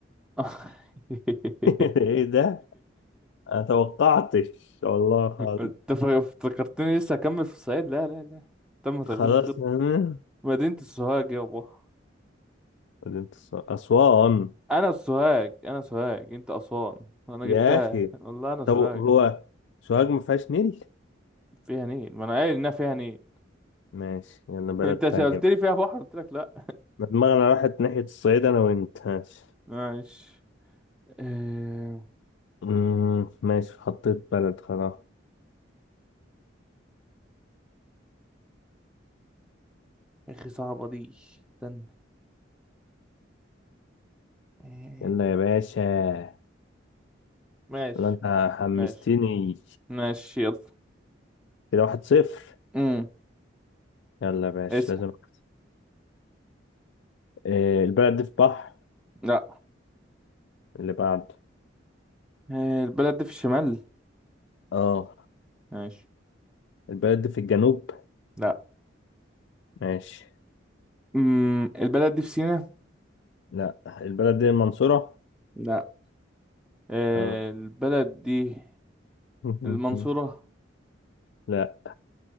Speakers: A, in the centre; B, on the left.
A: <laughs>
B: <laughs> ايه ده انا توقعتش والله خالص
A: انت فا- افتكرتني لسه هكمل في الصعيد لا لا لا تم تغيير
B: خلاص
A: الخطة
B: فاهمة
A: مدينة السوهاج يابا
B: مدينة الص- أسوان
A: انا السوهاج انا سوهاج انت أسوان انا
B: يا
A: جبتها
B: أخي
A: والله انا سوهاج
B: طب هو
A: يابا.
B: سوهاج ما فيهاش نيل؟
A: فيها نيل ما انا قايل انها فيها نيل
B: ماشي يلا
A: <laughs>
B: بلد
A: انت
B: تانية
A: سألتني
B: بقى
A: فيها بحر قلت لك لا
B: ما دماغنا راحت ناحية الصعيد أنا وأنت ماشي
A: ماشي آه،
B: أمم، ماشي حطيت بلد خلاص
A: يا اخي صعبة دي استنى آه،
B: يلا يا باشا
A: ماشي
B: يلا أنت حمستني
A: ماشي ماشي يلا
B: كده واحد صفر
A: امم
B: يلا يا باشا
A: اسأل
B: لازم أكسب. إيه البلد دي في بحر
A: لا
B: اللي بعده
A: آه، البلد دي في الشمال
B: اه
A: ماشي
B: البلد دي في الجنوب
A: لا
B: ماشي
A: امم البلد دي في سيناء
B: لا البلد دي المنصورة
A: لا آه،
B: أنا-
A: البلد دي
B: <laughs>
A: المنصورة
B: لا